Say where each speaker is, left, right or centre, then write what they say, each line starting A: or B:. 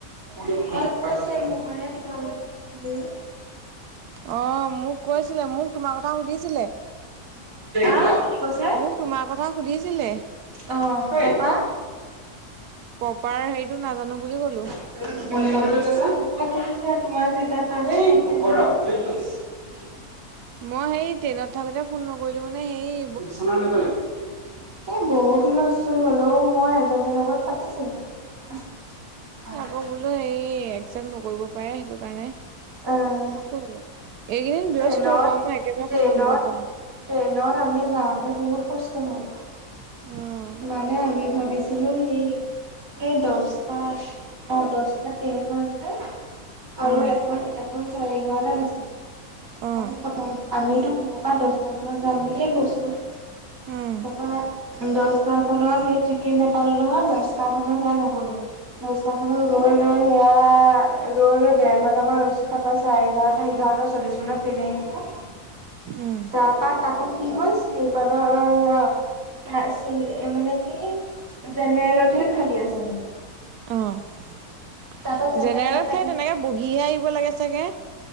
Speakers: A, on the right; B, on the right.
A: মই কৈছোয়ে মই নহ'লে তোমালোক দেই। <inaudible>
B: অ', মোক কৈছিলে, মোক তোমাৰ কথা সুধিছিলে।
A: হা, কি কৈছা?
B: মোক, তোমাৰ কথা সুধিছিলে।
A: অ', তাৰপৰা
B: প'পাৰ হেৰিটো নাজানো বুলি ক'লো।
A: <unintelligible> <inaudible>
B: মই হেৰী, ট্ৰেইনত থাকোতে ফোন নকৰিলো মানে, হেৰী।
A: বিচনাত নেপেলাবি। এ বহুত হুলস্থুল হ'লেও মই এজনীৰ লগত পাতিছিলো। <inaudible>
B: অ', বোলো হে একচেপ্ট নকৰিব পাৰে, সেইটো কাৰণে
A: আহ
B: নকৰিলো। এইকেইদিন
A: ট্ৰেইনত
B: ব্যস্ত বাৰু, মই একেবাৰে
A: ট্ৰেইনত
B: সময় দিব পৰা নাই।
A: ট্ৰেইনত আমি যাওঁতে বহুত কষ্ট হ'ল, তোমাৰ
B: উম
A: মানে আমি ভাবিছিলো, সেই এই দছটাত অ', দহটাত ট্ৰেইন এখন আছে, আৰু
B: অ'।
A: এখন, এখন চাৰে এঘাৰটাত আছিল।
B: অ',
A: আমি প্ৰথমত, আমিতো ঘৰ-পৰা দশটা মানত যাম বুলিয়ে গৈছোঁ। তাৰপৰা।
B: উম,
A: দছটা খনত সেই টিকেট নাপালো নহয়, দচটা খনত সেয়া নগ'লো। ৰাস্তা কাণত সেইয়া, ৰৈ, ৰৈ, সেইয়া ৰৈ ৰৈ দেৰ ঘন্টামান ৰৈছো তাৰপাছ চাৰে এঘাৰটা, এঘাৰটা চল্লিশ মানত ট্ৰেইন আহিছে।
B: উম।
A: তাৰপৰা, তাকো কি হ'ল, <unintelligible> <unintelligible> মানে কি, জেনেৰেলতহে খালী আছে মানে।
B: অ',
A: তাৰপা
B: জেনেৰেলত
A: কাটি
B: সেই তেনেকৈ বহিহে আহিব লাগে চাগে।